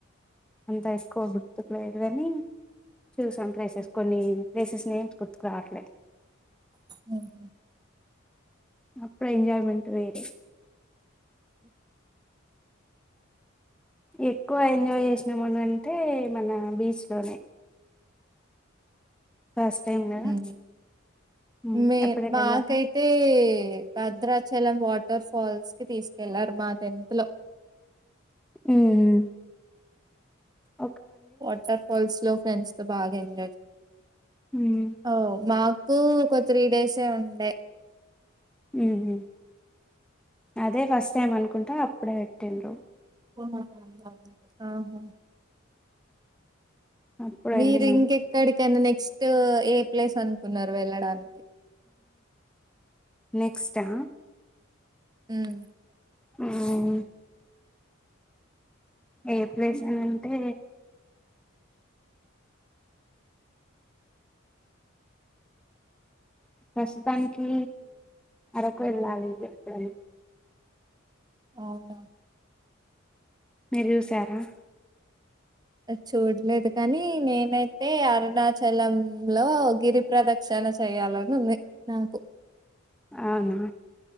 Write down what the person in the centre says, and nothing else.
అంత ఎక్కువ గుర్తు లేదు గని చూశాం ప్లేసెస్
కొన్ని ప్లేసెస్ నేమ్స్ గుర్తుకు రావట్లేదు
అప్పుడు ఎంజాయ్మెంట్ వేరే ఎక్కువ ఎంజాయ్ చేసినామనంటే మన బీచ్ లోనే ఫస్ట్ టైం కదా
ఉమ్,
ఎప్పుడైనా
వెళ్ళారా
మ్మ్ ఉహ్మ్
ఉమ్,
మ్మ్ ఉహ్మ్ అదే ఫస్ట్ టైం అనుకుంటా అప్పుడే పెట్టిండ్రు
అప్పుడు
వెళ్ళినాం
నెక్స్ట్ఆ
ఉమ్మ్ ఏ ప్లేస్ అని అంటే ప్రస్తుతానికి అరకు వెళ్ళాలి జేప్పని
మీరు చూసారా
అవునా